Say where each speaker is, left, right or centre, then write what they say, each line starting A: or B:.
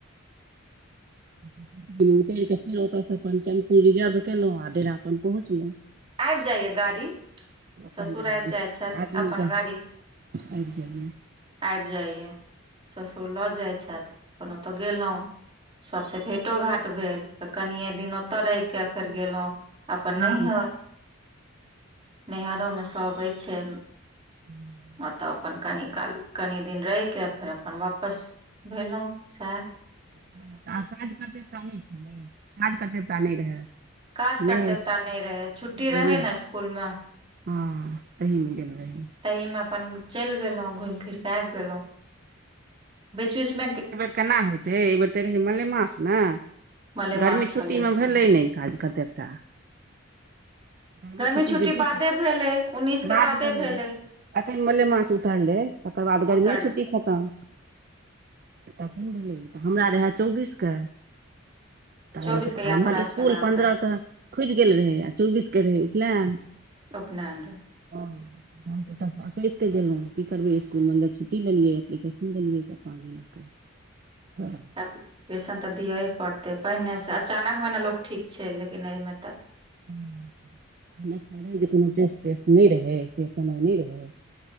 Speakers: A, on the right; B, on the right.
A: <inaudible> अपन टेम्पू रिजर्व केलहु आ डेरा अपन पहुँचलहू।
B: आबि जाइया गाड़ी?
A: अपन
B: ससुर
A: गाड़ी
B: आबि जाइत छथि
A: आदमीके
B: अपन गाड़ी।
A: आबि गेलियै
B: आबि जाइया ससुर लऽ जाइत छथि। अपन ओत गेलहुँ सबसे भेटो घाट भेल त कनिये दिन एतह रहै केँ फेर गेलहुँं अपन
A: गाम
B: नैहर नैहरो में सब एछै
A: <inaudible>
B: ओतय अपन कनि काल कनि दिन रहि कऽ फेर अपन वापस भेलहुँ सैऽ
A: <unintelligible>
B: काज
A: नहि
B: करतेवता
A: एहि
B: नहि रहै छुट्टी
A: बेर
B: रहै
A: नहि
B: नै इसकुलमे
A: हँ तहि में गेल रही
B: तहिमे अपन चलि गेलहुँं घुमि फिरके आबि गेलहुँ <inaudible> बीच बीचमे
A: कौना होइते अए बेर तऽ रहै मलेमास न
B: मलेमास
A: गर्मी छुट्टी
B: छलै
A: म भेलैं नहि काज कऽ देवता <inaudible> <unintelligible>
B: गर्मी छुट्टी बादे भेलै उन्नैसके
A: बाद
B: बादे
A: भेल
B: भेलै
A: एखन मलेमास उतरलै तकर बाद गर्मीए
B: उतर
A: छुट्टी खतम तखन भेलै इ हमरा रहै चौबीस केँ ताबत
B: चौबीसके
A: <unintelligible>
B: यात्रा
A: इसकुल
B: छलए अहाँके
A: पन्द्रह केँ खुइज गेल रहे आ चौबीस केँ रहे उपनैन
B: उपनैन रह
A: हँ हम तऽ एते एकेइस के गेलौं की करबै इसकु इसकुल मतलब छुटी लेलियै एप्लिकेशन देलियै चैर पाँच दिन के <inaudible>
B: एप्लीकेशन तऽ दिए पड़तै पहिनेसँ अचानकमे ने लोक ठीक छै लेकिन एहिमे तऽ।
A: <inaudible> पहिले तऽ रह जे कोनो टेस्टस्ट नहि रहै से समय नहि रहै